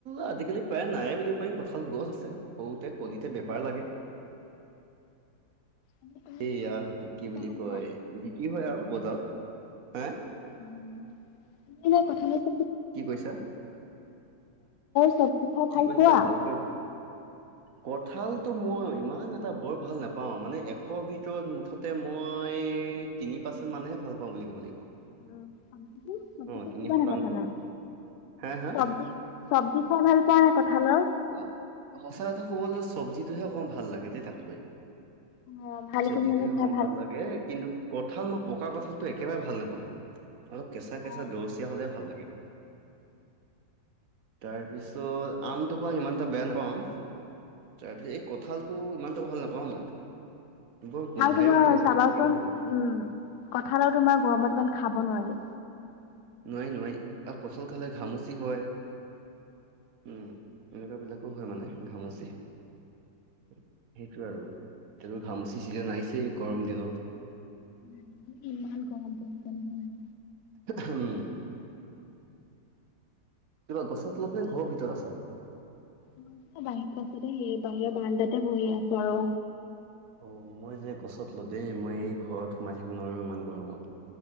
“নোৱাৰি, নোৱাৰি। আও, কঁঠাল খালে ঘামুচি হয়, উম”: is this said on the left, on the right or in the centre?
Right